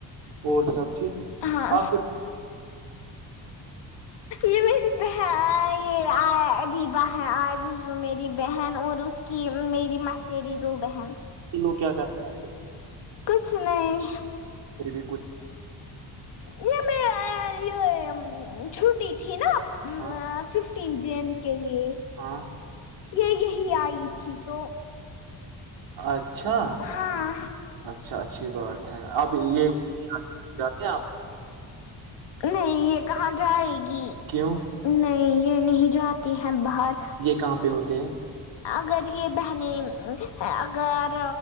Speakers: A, on the left (about 70°); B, on the right (about 80°).
A: س
B: اور سب ٹھیک
A: ہاں
B: آپ کے
A: یہ میری بہ یہ اریبا ہے میری بہن اور اس کی کہ میری مسری دو بہن
B: لوگ کیا کہتے ہیں
A: کچھ نہیں
B: پھر بھی کچھ
A: یہ میں یہ چھٹی تھی نا
B: ہاں
A: ففٹین جن کے لیے
B: ہاں
A: یہ یہی آئی تھی تو
B: اچھا
A: ہاں
B: اچھا اچھی بات ہے آپ یہ جاتے ہیں آپ
A: نہیں یہ کہاں جائے گی
B: کیوں
A: نہیں یہ نہیں جاتی ہیں باہر
B: یہ کہاں پہ ہوتے ہیں
A: اگر یہ بہنیں اگر